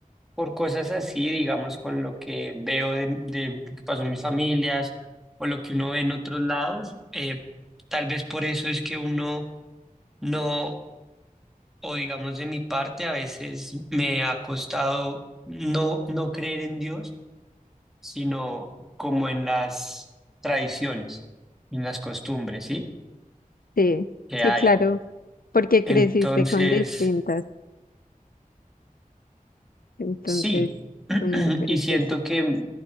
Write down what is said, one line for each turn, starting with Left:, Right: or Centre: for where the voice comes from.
Centre: por cosas así, digamos, con lo que veo de, de lo que pasó en mis familias o lo que uno ve en otros lados, eh, tal vez por eso es que uno no, o digamos de mi parte, a veces me ha costado no, no creer en Dios, sino como en las tradiciones, en las costumbres, ¿sí?
Left: Sí,
Centre: que
Left: sí,
Centre: hay.
Left: claro, porque
Centre: Entonces,
Left: creciste con distintas, entonces,
Centre: sí, <clears throat>
Left: con diferentes
Centre: y siento
Left: épocas.
Centre: que,